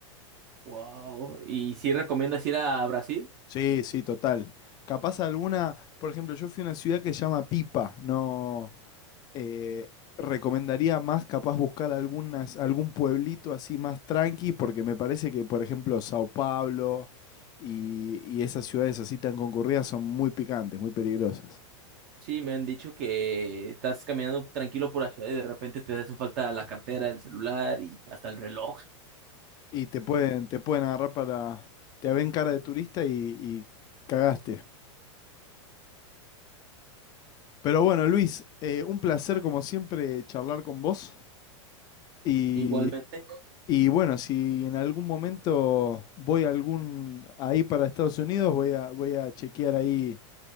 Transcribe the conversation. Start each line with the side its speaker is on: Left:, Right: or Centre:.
Right: Wow. ¿Y si recomiendas ir a Brasil?
Left: Sí, sí, total. Capaz alguna, por ejemplo, yo fui a una ciudad que se llama Pipa, no eh, recomendaría más capaz buscar algunas, algún pueblito así más tranqui, porque me parece que, por ejemplo, Sao Paulo y, y esas ciudades así tan concurridas son muy picantes, muy peligrosas.
Right: Sí, me han dicho que estás caminando tranquilo por la ciudad y de repente te hace falta la cartera, el celular y hasta el reloj. <laughs>
Left: Y te pueden, te pueden agarrar para, te ven cara de turista y, y cagaste. Pero bueno, Luis, eh, un placer como siempre charlar con vos. Y
Right: Igualmente.
Left: Y bueno, si en algún momento voy a algún ahí para Estados Unidos, voy a, voy a chequear ahí.